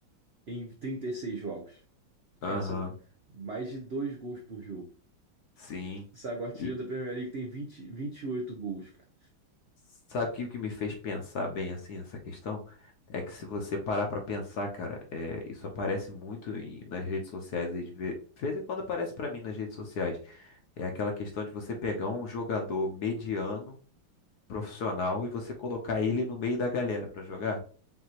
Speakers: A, on the right (about 80°); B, on the left (about 60°).
A: em 36 jogos. Cara,
B: Aham.
A: são mais de dois gols por jogo.
B: Sim.
A: Sabe, o artilheiro
B: E
A: da Premier League tem vinte vinte e oito gols, cara.
B: sabe que o que me fez pensar bem assim nessa questão? É que se você parar para pensar, cara, é, isso aparece muito em- nas redes sociais aí de ver, de vez em quando aparece para mim nas redes sociais. É aquela questão de você pegar um jogador mediano profissional e você colocar ele no meio da galera pra jogar.